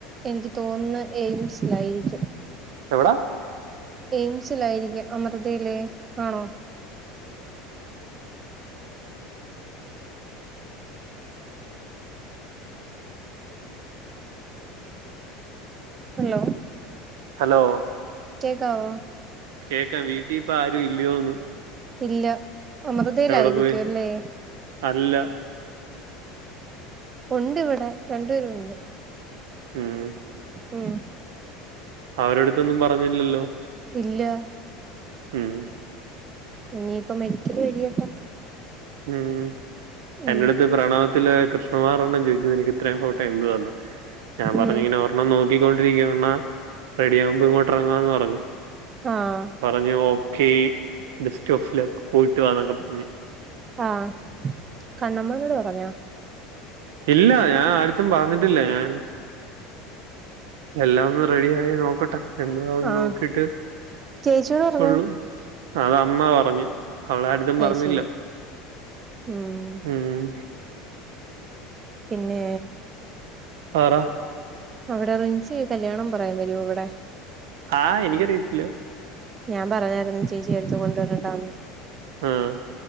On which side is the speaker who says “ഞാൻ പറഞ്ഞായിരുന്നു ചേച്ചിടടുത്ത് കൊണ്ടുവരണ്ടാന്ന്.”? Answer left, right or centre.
Right